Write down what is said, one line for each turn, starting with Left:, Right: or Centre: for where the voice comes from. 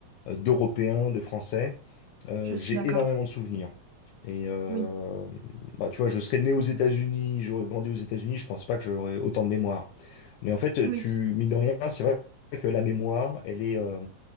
Left: euh, d'Européens, de Français, euh,
Right: je suis
Left: j'ai
Right: d'accord.
Left: énormément de souvenirs. Et euh,
Right: Oui,
Left: bah, tu vois, je serais né aux États-Unis, j'aurais grandi aux États-Unis, je pense pas que j'aurais autant de mémoire. Mais en fait,
Right: oui.
Left: tu, mine de rien, c'est vrai que la mémoire, elle est, euh,